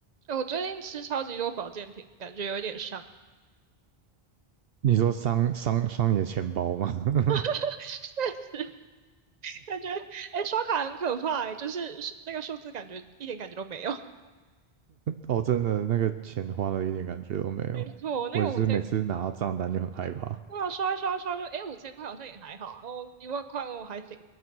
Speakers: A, on the right; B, on the right.
A: 哎、我最近吃超级多保健品，感觉有一点上瘾，
B: 你说伤伤伤你的钱包吗？<laughs>
A: <laughs> 确实感觉哎、刷卡很可怕哎、诶就是那个数字感觉一点感觉都没有。
B: 哦，真的，那个钱花了一点感觉都没有。
A: <laughs> 没错，我那个五千，
B: 我也是每次拿到账单就很害怕，
A: 哇，刷一刷刷就哎五千块好像也还好啊，然后一万块我还行，